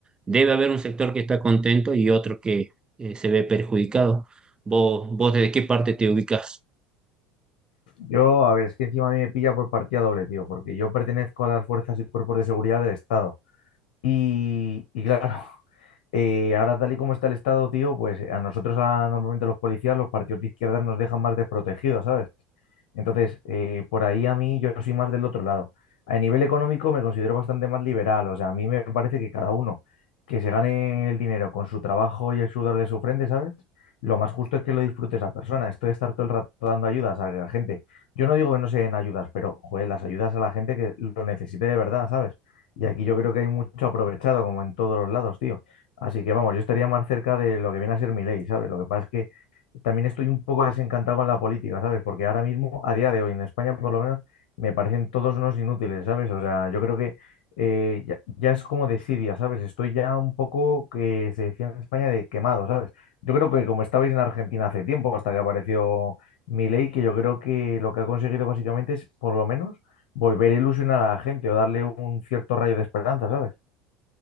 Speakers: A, on the right; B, on the left.
A: debe haber un sector que está contento y otro que eh, se ve perjudicado. ¿Vos, vos desde qué parte te ubicás?
B: Yo, a ver, es que encima a mí me pilla por partida doble, tío, porque yo pertenezco a las fuerzas y cuerpos de seguridad del Estado. Y, y claro, <laughs> eh, ahora tal y como está el Estado, tío, pues a nosotros a- normalmente los policías, los partidos de izquierdas nos dejan más desprotegidos, ¿sabes? Entonces, eh, por ahí a mí yo soy más del otro lado. A nivel económico me considero bastante más liberal, o sea, a mí me parece que cada uno que se gane el dinero con su trabajo y el sudor de su frente, ¿sabes? Lo más justo es que lo disfrute esa persona. Esto de estar todo el rato dando ayudas a la gente. Yo no digo que no se den ayudas, pero, joder, las ayudas a la gente que lo necesite de verdad, ¿sabes? Y aquí yo creo que hay mucho aprovechado, como en todos los lados, tío. Así que vamos, yo estaría más cerca de lo que viene a ser mi ley, ¿sabes? Lo que pasa es que también estoy un poco desencantado con la política, ¿sabes? Porque ahora mismo, a día de hoy, en España por lo menos, me parecen todos unos inútiles, ¿sabes? O sea, yo creo que eh, ya, ya es como desidia, ¿sabes? Estoy ya un poco, que se decía en España, de quemado, ¿sabes? Yo creo que como estabais en Argentina hace tiempo, hasta que apareció Milei, que yo creo que lo que ha conseguido básicamente es, por lo menos, volver a ilusionar a la gente o darle un cierto rayo de esperanza, ¿sabes?